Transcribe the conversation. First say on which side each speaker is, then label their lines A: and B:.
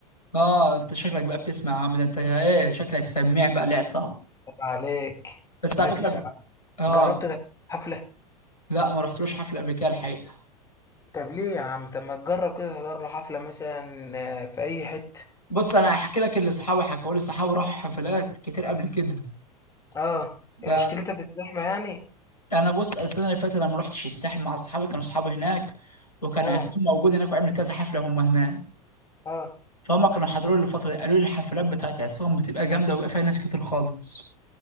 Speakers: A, on the left; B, on the left.
A: اه انت شكلك بقى بتسمع يا عم ده انت ايه شكلك سميع بقى لعصام
B: طب عليك
A: بس
B: بس
A: على فكرة
B: اسمع
A: بقى اه
B: جربت تحضر حفلة
A: لا ما رحتلوش حفلة قبل كده الحقيقة
B: طب ليه يا عم طب ما تجرب كده تحضر له حفلة مثلا آه، في أي حتة
A: بص انا هحكي لك اللي اصحابي حكوا لي صحابي راحوا حفلات كتير قبل كده
B: اه
A: ده-
B: هي مشكلتها في الزحمة يعني
A: انا بص السنة اللي فاتت انا ما رحتش الساحل مع اصحابي كانوا اصحابي هناك وكان
B: اه
A: عصام موجود هناك وعمل كذا حفلة هم هناك
B: اه
A: فهم كانوا حضروني الفترة دي قالوا لي الحفلات بتاعت عصام بتبقى جامدة وبيبقى فيها ناس كتير خالص